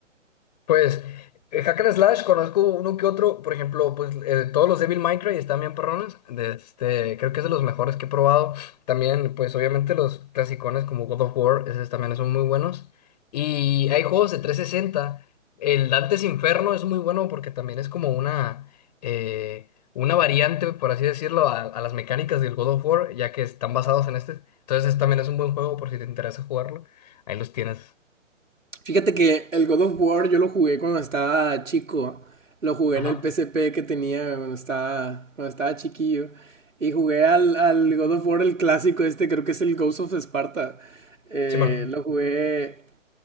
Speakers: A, on the left; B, on the right.
A: Pues, eh, Hack and Slash, conozco uno que otro, por ejemplo, pues eh, todos los Devil May Cry están bien perrones, de este, creo que es de los mejores que he probado, también, pues obviamente los clasicones como God of War, esos también son muy buenos, y hay juegos de trescientos sesenta. el Dante's Inferno es muy bueno porque también es como una, eh, una variante, por así decirlo, a, a las mecánicas del God of War, ya que están basados en este, entonces también es un buen juego por si te interesa jugarlo, ahí los tienes.
B: Fíjate que el God of War yo lo jugué cuando estaba chico. Lo jugué
A: Ajá.
B: en el P S P que tenía cuando estaba, cuando estaba chiquillo. Y jugué al, al God of War, el clásico este, creo que es el Ghost of Sparta. Eh,
A: Simón.
B: lo jugué.